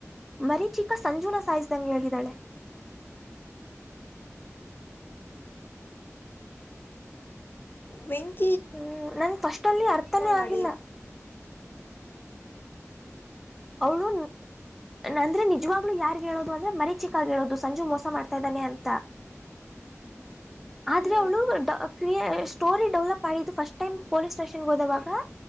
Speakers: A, in the centre; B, on the left.
A: ಮರೀ ಚಿಕ್ಕ ಸಂಜುನ ಸಾಯಿಸ್ದಂಗೆ ಹೇಳಿದಾಳೆ <inaudible>
B: ವಿಂಗ <unintelligible>
A: ಹ್ಮ ನಂ ಫಸ್ಟ್ಲ್ಲಿ ಅರ್ಥನೇ ಆಗಿಲ್ಲ
B: ಮಾಡಿ
A: ಅವ್ಳು ಅಂದ್ರೆ ನಿಜವಾಗ್ಲು ಯಾರ್ ಹೇಳೋ ಅಂದ್ರೆ ಮರಿ ಚಿಕ್ಕಾಗಿಡೋದು ಸಂಜು ಮೋಸ ಮಾಡ್ತಾ ಇದ್ದಾನೆ ಅಂತ ಆದ್ರೆ
B: ಹ್ಞೂ
A: ಅವಳು ಕ್ರ ಸ್ಟೋರಿ ಡೆವಲಪ್ ಆಿದ್ದು ಫಸ್ಟ್ ಟೈಮ್ ಪೊಲೀಸ್ ಸ್ಟೇಷನ್ಗೆ ಹೋದವಾಗ